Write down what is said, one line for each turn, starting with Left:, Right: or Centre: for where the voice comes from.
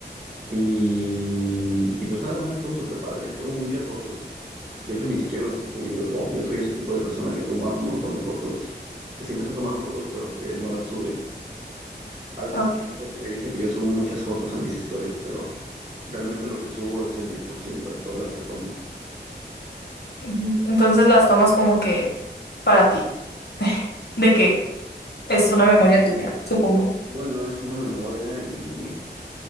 Right: Y, y pues nada, estuvo súper padre. Tengo muchas fotos. De hecho, ni siquiera las he subido. O sea, yo soy ese tipo de persona que toma un montón de fotos, que siempre está tomando fotos, pero que no las sube. A veces
Left: ok.
Right: la gente me dice que yo subo muchas fotos a mis historias, pero realmente lo que subo es el 10% de todas las que tomo.
Left: Ujú. Entonces las tomas como que para ti, de que es una memoria tuya, supongo.
Right: Bueno, es una memoria y